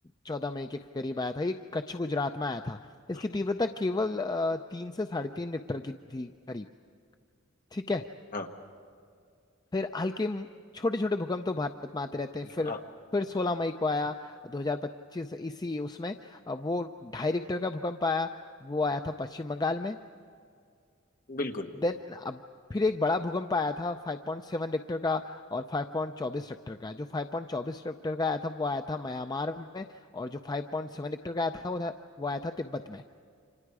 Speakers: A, on the left; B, on the left.
A: 14 मई के करीब आया था ये कच्छ गुजरात में आया था इसकी
B: हम्म,
A: तीव्रता केवल अ, तीन से साढ़े तीन रिक्टर की थी करीब ठीक है
B: हाँ
A: फिर हल्के छोटे छोटे भूकंप तो भारत में आते रहते हैं फिर
B: आ-
A: फिर 16 मई को आया 2025 इसी उसमें अ, वो ढाई रिक्टर का भूकंप आया वो आया था पश्चिम बंगाल में
B: बिल्कुल
A: देन अब फिर एक बड़ा भूकंप आया था 5.7 रिक्टर का और 5.24 रिक्टर का जो 5.24 रिक्टर का आया था वो आया था म्यांमार में और जो 5.7 रिक्टर का आया था वो था वो आया था तिब्बत में